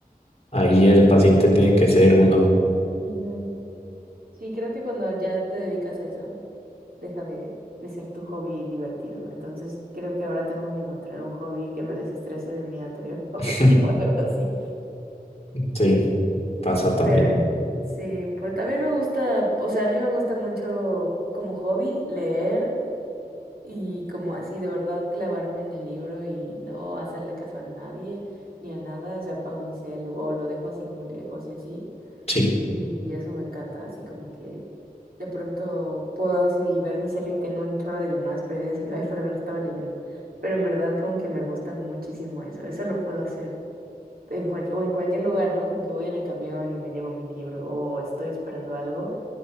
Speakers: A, on the left (about 40°); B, on the right (about 70°).
A: ahí el paciente tiene que ser uno.
B: Ujú. Sí, creo que cuando ya te dedicas a eso. deja de, de ser tu hobby divertido. Entonces creo que ahora tengo que encontrar un hobby que me desestrese de mi anterior <laughs> hobby
A: <laughs>
B: o algo así.
A: Sí, pasa también.
B: Pero sí, pero también me gusta, o sea, a mí me gusta mucho como hobby leer y como así de verdad clavarme en el libro y no hacerle caso a nadie ni a nada. O sea, apago mi celu o lo dejo así como lejos y así.
A: Sí.
B: Y eso me encanta, así como que de pronto puedo así ver mi celu y tengo un chorro de llamadas perdidas y, ay, perdón, estaba leyendo. Pero en verdad como que me gusta muchísimo eso. Eso lo puedo hacer en cual, o en cualquier lugar, ¿no? Como que voy en el camión y me llevo mi libro o estoy esperando algo